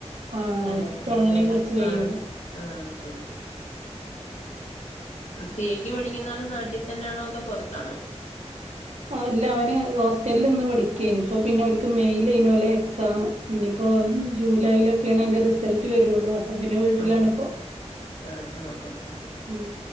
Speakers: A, on the right; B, on the left.
A: ആഹ് ഓര്
B: അലൗട്ട്മെന്റും
A: തുടങ്ങണേ
B: എല്ലാം
A: കുറച്ച് കഴിയുവല്ലോ
B: ആ ആ കഴയും സി ഐക്ക് പഠിക്കുന്ന ആള് നാട്ടിൽ തന്നൊണോ അതോ പുറത്താണോ
A: ആ അല്ല അവന് ഹോസ്റ്റലിൽ നിന്ന് പഠി ഇപ്പ പിന്നെ ഓൽക്ക് മെയിൽ <unintelligible> നലെ എക്സാം ഇന്നിപ്പോ ജൂലൈല ഒക്കെയാണ് അതിന്റെ റിസൾട്ട് വരുള്ളൂ പിന്നെ വീട്ടിലാണിപ്പോ
B: ആ ആ ആ
A: ഉം